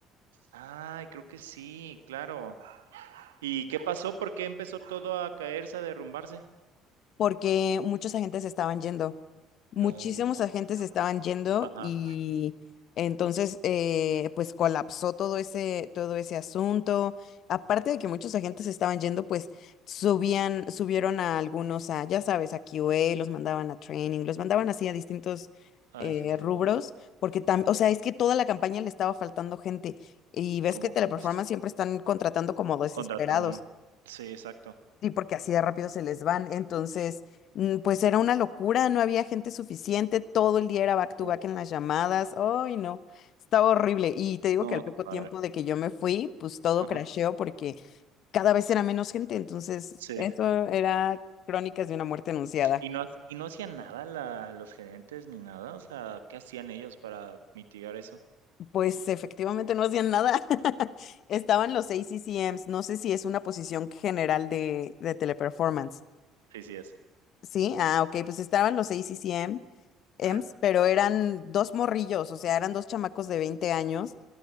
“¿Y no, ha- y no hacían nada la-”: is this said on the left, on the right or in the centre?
Right